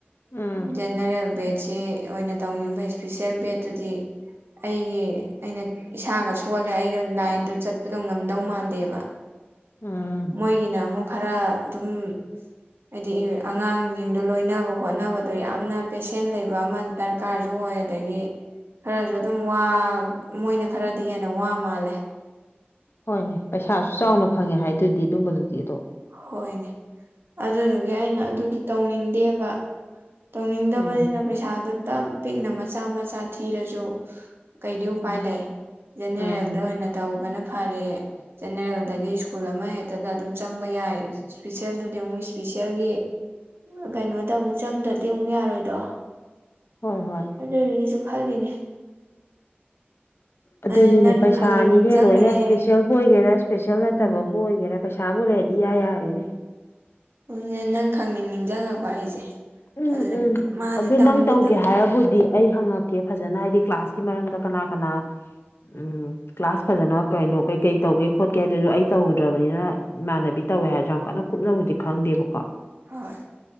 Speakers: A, on the left (about 70°); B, on the right (about 65°).
A: ꯎꯝ
B: ꯖꯦꯅꯔꯦꯜ ꯕꯦꯠꯁꯦ ꯑꯣꯏꯅ ꯇꯧꯅꯤꯡꯕ ꯏ꯭ꯁꯄꯤꯁꯦꯜ ꯕꯦꯠꯇꯨꯗꯤ ꯑꯩꯒꯤ ꯑꯩꯅ ꯏꯁꯥꯒ ꯁꯣꯜꯂꯦ ꯑꯩꯅ ꯂꯥꯏꯟꯗ ꯆꯠꯄꯗꯣ ꯉꯝꯗꯧ ꯃꯥꯟꯗꯦꯕ
A: ꯎꯝ
B: ꯃꯣꯏꯒꯤꯅ ꯑꯃꯨꯛ ꯈꯔ ꯗꯨꯝ ꯍꯥꯏꯗꯤ ꯑꯉꯥꯡꯖꯤꯡꯗꯣ ꯂꯣꯏꯅꯕ ꯈꯣꯠꯅꯕꯗꯣ ꯌꯥꯝꯅ ꯄꯦꯁꯦꯟ ꯂꯩꯕ ꯑꯃ ꯗ꯭ꯔꯀꯥꯔꯖꯨ ꯑꯣꯏ ꯑꯗꯒꯤ ꯈꯔꯁꯨ ꯑꯗꯨꯝ ꯋꯥ ꯃꯣꯏꯅ ꯈꯔꯗꯤ ꯍꯦꯟꯅ ꯋꯥ ꯃꯥꯜꯂꯦ
A: ꯍꯣꯏꯅꯦ ꯄꯩꯁꯥꯁꯨ ꯆꯥꯎꯅ ꯐꯪꯉꯦ ꯍꯥꯏꯗꯨꯗꯤ ꯑꯗꯨꯝꯕꯗꯨꯗꯤ ꯑꯗꯣ
B: ꯍꯣꯏꯅꯦ ꯑꯗꯨꯗꯨꯒꯤ ꯑꯩꯅ ꯑꯗꯨꯗꯤ ꯇꯧꯅꯤꯡꯗꯦꯕ ꯇꯧꯅꯤꯡꯗꯕꯅꯤꯅ
A: ꯎꯝ
B: ꯄꯩꯁꯥꯗꯨ ꯇꯞ ꯄꯤꯛꯅ ꯃꯆꯥ ꯃꯆꯥ ꯊꯤꯔꯖꯨ ꯀꯩꯗꯤ ꯎꯄꯥꯏ
A: ꯎꯝ
B: ꯂꯩ ꯖꯦꯅꯦꯔꯦꯜꯗ
A: ꯎꯝ
B: ꯑꯣꯏꯅ ꯇꯧꯕꯅ ꯐꯔꯦ ꯖꯦꯅꯦꯔꯦꯜꯗꯒꯤ ꯁ꯭ꯀꯨꯜ ꯑꯃ ꯍꯦꯛꯇꯗ ꯑꯗꯨꯝ ꯆꯪꯕ ꯌꯥꯏ ꯏ꯭ꯁꯄꯤꯁꯦꯜꯗꯨꯗꯤ ꯑꯃꯨꯛ ꯏ꯭ꯁꯄꯤꯁꯦꯜꯒꯤ ꯀꯩꯅꯣꯗ ꯑꯃꯨꯛ ꯆꯪꯗ ꯗꯤ ꯑꯃꯨꯛ ꯌꯥꯔꯣꯏꯗꯣ
A: ꯍꯣꯏ ꯍꯣꯏ
B: ꯑꯗꯨꯗꯨꯒꯤꯁꯨ ꯈꯜꯂꯤꯅꯦ
A: ꯑꯗꯨꯅꯤꯅꯦ
B: ꯑꯗꯨꯅ ꯅꯪ
A: ꯄꯩꯁꯥꯅꯤꯅꯦ
B: ꯈꯪꯅꯤꯡ ꯅꯤꯡꯁꯤꯡꯉꯛꯑꯦ
A: ꯂꯣꯏꯅ ꯏꯁꯄꯤꯁꯦꯜ ꯕꯨ ꯑꯣꯏꯒꯦꯔꯥ ꯏ꯭ꯁꯄꯦꯁꯦꯜ ꯅꯠꯇꯕꯕꯨ
B: ꯎꯝ
A: ꯑꯣꯏꯒꯦꯔꯥ ꯄꯩꯁꯥꯕꯨ ꯂꯩꯔꯗꯤ ꯌꯥ ꯌꯥꯔꯦꯅꯦ
B: ꯑꯗꯨꯅꯦ ꯅꯪ ꯈꯪꯅꯤꯡ ꯅꯤꯡꯖꯪꯉꯛꯄ ꯑꯩꯁꯦ
A: ꯎꯝ
B: ꯑꯗꯨꯗꯨꯒꯤ
A: ꯎꯝ
B: ꯃꯥꯗꯤ
A: ꯑꯗꯨ
B: ꯇꯝꯗꯤ
A: ꯅꯪ ꯇꯧꯒꯦ
B: ꯇꯝ
A: ꯍꯥꯏꯔꯕꯨꯗꯤ ꯑꯩ ꯍꯪꯉꯛꯀꯦ ꯐꯖꯅ ꯍꯥꯏꯗꯤ ꯀ꯭ꯂꯥꯁꯀꯤ ꯃꯔꯝꯗ ꯀꯅꯥ ꯀꯅꯥ ꯎꯝ ꯀ꯭ꯂꯥꯁ ꯐꯖꯅ ꯀꯩꯅꯣ ꯀꯩ ꯀꯩ ꯇꯧꯒꯦ ꯈꯣꯠꯀꯦ ꯑꯗꯨꯁꯨ ꯑꯩ ꯇꯧꯗ꯭ꯔꯕꯅꯤꯅ ꯏꯃꯥꯟꯅꯕꯤ ꯇꯧꯋꯦ ꯍꯥꯏꯔꯖꯨ ꯌꯥꯝ ꯀꯟꯅ ꯀꯨꯞꯅꯕꯨꯗꯤ ꯈꯪꯗꯦꯕꯀꯣ
B: ꯍꯣꯏ